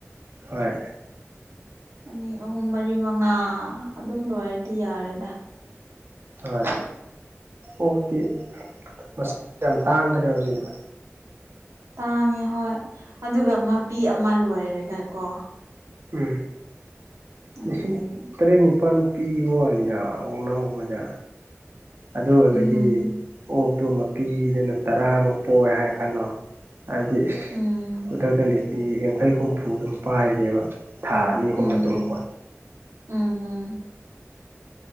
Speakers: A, on the right; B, on the right.
A: ꯍꯣꯏ
B: ꯑꯅꯤ ꯑꯍꯨꯝ ꯃꯔꯤ ꯃꯉꯥ ꯑꯗꯨꯝ ꯂꯣꯏꯔꯗꯤ ꯌꯥꯔꯦꯗ
A: ꯍꯣꯏ ꯑꯣꯛꯇꯤ ꯃꯁꯤꯡ ꯌꯥꯝ ꯇꯥꯡꯈ꯭ꯔꯦ ꯍꯧꯖꯤꯛ
B: ꯇꯥꯡꯉꯦ ꯍꯣꯏ ꯑꯗꯨꯒ ꯃꯄꯤ ꯑꯃ ꯂꯣꯏꯔꯦꯒ ꯀꯣ
A: ꯎꯝ
B: ꯑꯗꯨꯗꯒꯤ
A: ꯂꯤꯁꯤꯡ ꯇꯔꯦꯠ ꯅꯤꯄꯥꯜ ꯄꯤꯕ ꯋꯥꯅꯤꯗ ꯑꯣꯛꯅꯥꯎ ꯃꯗ ꯑꯗꯨ ꯑꯣꯏꯔꯒꯗꯤ
B: ꯎꯝ
A: ꯑꯣꯛ ꯑꯇꯣ ꯃ ꯄꯤꯗꯨꯅ ꯇꯔꯥꯃꯨꯛ ꯄꯣꯛ ꯍꯥꯏ ꯈꯜꯂꯣ ꯑꯗꯨꯗꯤ ꯏꯁꯁ
B: ꯎꯝ
A: ꯈꯨꯗꯛꯇ ꯂꯤꯁ ꯌꯥꯡꯈꯩ ꯍꯨꯝꯐꯨ ꯑꯗꯨꯝ ꯄꯥꯏꯔꯦꯕ ꯊꯥ ꯑꯅꯤ ꯑꯍꯨꯝ
B: ꯎꯝ
A: ꯃꯇꯨꯡꯀꯣ
B: ꯎꯝ ꯎꯝ